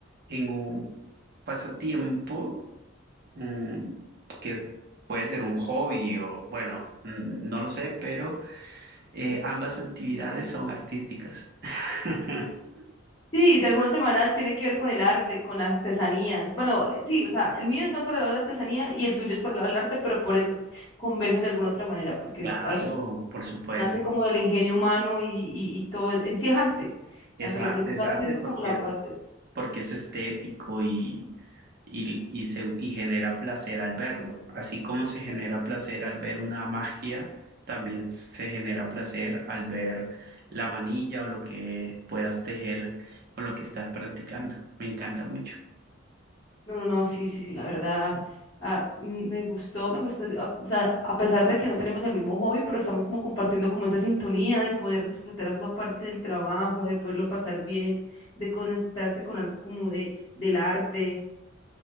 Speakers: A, on the right; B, on the left.
A: en un pasatiempo mm, que puede ser un hobby o bueno, mm, no lo sé, pero eh, ambas actividades son artísticas. <laughs>
B: Sí, de alguna otra manera tiene que ver con el arte, con la artesanía. Bueno, eh, sí, o sea, el mío es más por el lado de la artesanía y el tuyo es por el lado del arte, pero por eso t- convergen de alguna otra manera, porque
A: Claro,
B: es, ah, eh,
A: por supuesto.
B: nace como del ingenio humano y, y, y todo, en sí es arte,
A: Es
B: tanto
A: arte,
B: lo que tú estás
A: es arte
B: haciendo
A: porque,
B: como la parte.
A: porque es estético y y, y, se, y genera placer al verlo. Así como se genera placer al ver una magia, también se genera placer al ver la manilla o lo que puedas tejer con lo que estás practicando. Me encanta mucho.
B: No, no, no, sí, sí, sí, la verdad, ah, mm, me gustó, me gustó, a- o sea, a pesar de que no tenemos el mismo hobby, pero estamos como compartiendo como esa sintonía de poder disfrutar algo aparte del trabajo, de poderlo pasar bien, de conectarse con algo como de, del arte,